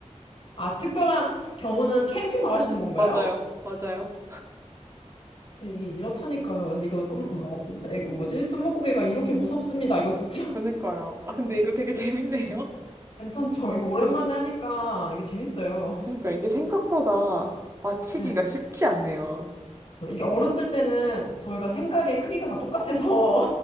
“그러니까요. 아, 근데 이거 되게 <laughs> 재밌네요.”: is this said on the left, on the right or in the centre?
Right